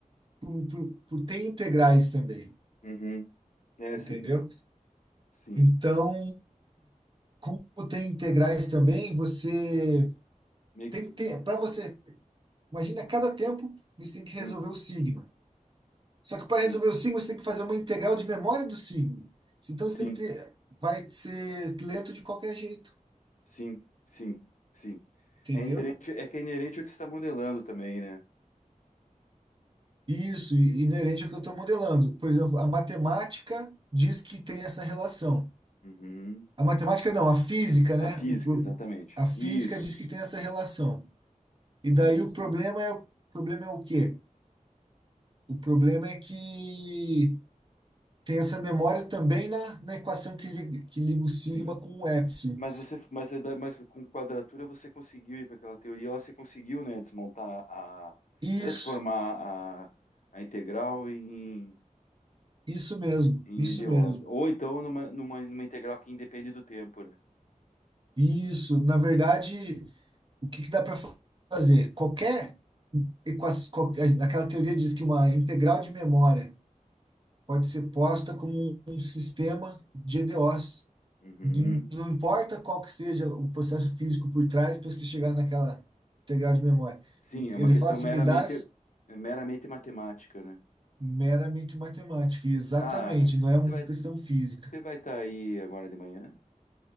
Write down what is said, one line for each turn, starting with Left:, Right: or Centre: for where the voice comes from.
Right: Por, por, por- tem integrais também,
Left: Uhum. Essa,
Right: entendeu?
Left: sim.
Right: Então, como tem integrais também, você
Left: Meio
Right: tem
Left: que,
Right: que ter. Para você. Imagina, a cada tempo você tem que
Left: sim,
Right: resolver o sigma. Só que para
Left: sim,
Right: resolver o signo, você tem que fazer uma integral de memória do signo. Então você
Left: sim.
Right: tem que ter. Vai ser lento de qualquer jeito,
Left: Sim, sim, sim.
Right: entendeu?
Left: É inerente, é que é inerente ao que você está modelando também, né?
Right: Isso, e- inerente ao que eu estou modelando. Por exemplo, a matemática diz que tem essa relação.
Left: Uhum.
Right: A matemática não, a física, né?
Left: A física,
Right: O pro-
Left: exatamente.
Right: a física
Left: Isso,
Right: diz que tem essa relação. E
Left: isso,
Right: daí o problema é, o problema é o quê? O problema é que tem essa memória também na, na equação que liga, que liga o sigma
Left: sim.
Right: com o epsilon.
Left: Mas você, mas, é da- mas com quadratura você conseguiu ir para aquela teoria, lá você conseguiu, né, desmontar a,
Right: Isso.
Left: transformar a, a integral em,
Right: Isso mesmo,
Left: em
Right: isso
Left: EDOs.
Right: mesmo.
Left: Ou então numa, numa, numa integral que independe do tempo, né?
Right: Isso, na verdade, o que que dá para fazer? Qualquer equa- aquela teoria diz que uma integral de memória pode ser posta como um, um sistema de EDOs.
Left: Uhum.
Right: De- Não importa qual que seja o processo físico por trás para você chegar naquela integral de memória.
Left: Sim, é
Right: Ele
Left: uma questão
Right: fala assim,
Left: meramente,
Right: me dá
Left: meramente matemática, né?
Right: meramente matemática. E Exatamente,
Left: Cara,
Right: não é uma
Left: você vai
Right: questão física.
Left: você vai estar aí agora de manhã